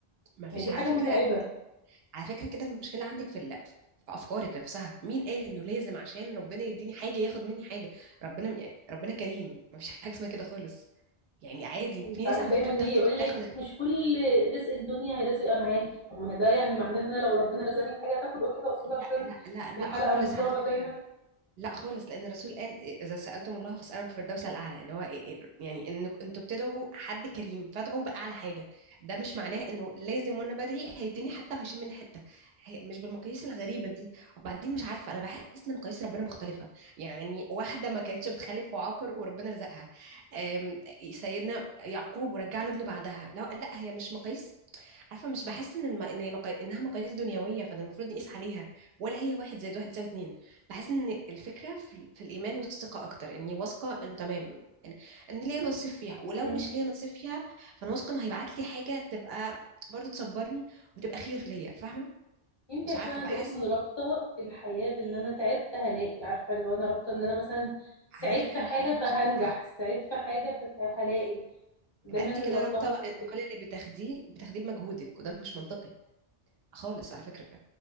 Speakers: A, on the right; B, on the left.
A: ما فيش
B: ما هي دي حاجه
A: على فكرة
B: متعبه
A: على فكرة كده المشكلة عندك في ال... في أفكارك نفسها مين قال إنه لازم عشان ربنا يديني حاجة ياخد مني حاجة ربنا يعني ربنا كريم مفيش حاجة اسمها كده خالص يعني عادي
B: مش
A: في
B: عارف-
A: ناس على
B: دايما
A: فكرة
B: اللي
A: بتاخد
B: يجي يقول
A: بتاخد
B: لك
A: ال-
B: مش كل رزق الدنيا لازم يبقى معاكي طب ما هي ده يعني معناه ان انا لو ربنا رزقني بحاجه هتاخد أول حاجه قصادها
A: لا
B: عشان
A: لا لا لا
B: الحلقه
A: خالص
B: مفرغه
A: على فكرة
B: دايما
A: لا خالص لان الرسول قال إيه، اذا سالتم الله فاسالوا الفردوس الاعلى اللي هو إيه إيه، يعني ان انتوا بتدعوا حد كريم فادعوا باعلى حاجه ده مش معناه انه لازم وانا بدعي هيديني حته وهيشيل مني حته هي- مش بالمقاييس الغريبه دي وبعدين مش عارفه انا بحس ان مقاييس ربنا مختلفه يعني واحده ما كانتش بتخلف وعاقر وربنا رزقها آم، سيدنا يعقوب ورجع له ابنه بعدها لا لا هي مش مقاييس عارفه مش بحس ان الم... ان هي مقا... انها مقاييس دنيويه فانا المفروض نقيس عليها ولا هي واحد زائد واحد يساوي اتنين بحس ان الفكره في, ال... في الايمان والثقه اكتر اني واثقه انه تمام ان, إن ليا نصيب فيها ولو
B: مم.
A: مش ليا نصيب فيها فانا واثقه انه هيبعت لي حاجه تبقى برضو تصبرني وتبقى خير ليا فاهمه
B: يمكن
A: مش
B: عشان
A: عارفه
B: انا
A: بحس
B: دايما رابطه الحياه بان انا تعبت هلاقي عارفه اللي هو انا رابطه ان انا مثلا سعيد
A: على فكره
B: في حاجه
A: الحياه مش
B: فهنجح
A: بالتعب
B: سعيد في حاجه فهلاقي دايما
A: يبقى انت كده
B: ربطها
A: رابطه ان
B: كده
A: كل اللي بتاخديه بتاخديه بمجهودك وده مش منطقي خالص على فكره